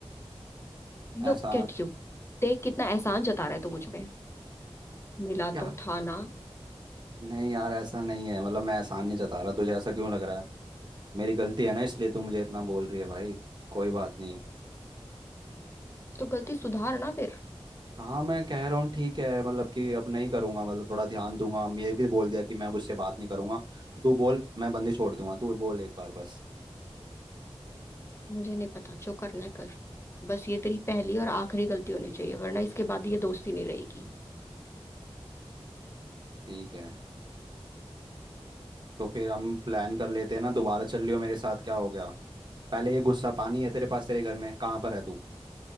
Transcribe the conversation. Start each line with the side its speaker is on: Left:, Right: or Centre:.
Right: ऐसा
Left: Look at you देख कितना एहसान जता रहा है तू मुझ पे मिला
Right: क्या
Left: तो था ना
Right: नहीं यार ऐसा नहीं है मतलब मैं एहसान नहीं जता रहा तुझे ऐसा क्यों लग रहा है मेरी गलती है ना इसलिए तू मुझे इतना बोल रही है भाई कोई बात नहीं
Left: तो गलती सुधार ना फिर
Right: हाँ मैं कह रहा हूँ ठीक है मतलब कि अब नहीं करूँगा मतलब थोड़ा ध्यान दूंगा ये भी बोल दिया कि मैं अब उससे बात नहीं करूँगा तू बोल मैं बंदी छोड़ दूंगा तू बोल एक बार बस
Left: मुझे नहीं पता जो करना है कर बस ये तेरी पहली और आखिरी गलती होनी चाहिए वरना इसके बाद ये दोस्ती नहीं रहेगी
Right: ठीक है तो फिर हम प्लान कर लेते हैं ना दोबारा चल लियो मेरे साथ क्या हो गया पहले ये गुस्सा पानी है तेरे पास तेरे घर में कहाँ पर है तू